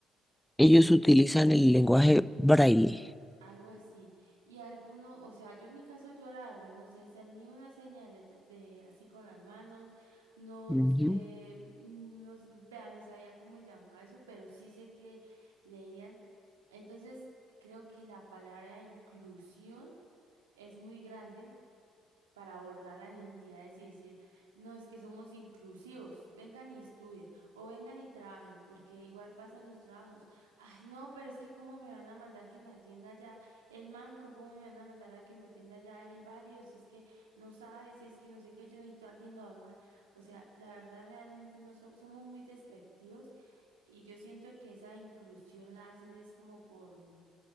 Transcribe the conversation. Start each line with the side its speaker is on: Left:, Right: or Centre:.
Centre: Ellos utilizan el lenguaje braille.
Right: algo así. Y alguno, o sea, yo en mi caso, yo la verdad no sé hacer ni una señal de, letra- de- así con las manos, no
Centre: Ujú.
Right: sé, no, s- vea, ni sabía cómo llamaba eso, pero sí sé que leían. Entonces, creo que la palabra inclusión es muy grande para abordar las entidades y decir, no, es que somos inclusivos, vengan y estudien o vengan y trabajen, porque igual pasan los trabajos. Ay, no, pero es que cómo me van a mandar que me atienda ya el manco, cómo me van a mandar a que me atienda ya el inválido, si es que no sabe, si es que no sé qué, yo necesito a alguien normal. O sea, la verdad realmente no so- somos muy despectivos y yo siento que esa inclusión la hacen es como por, mm,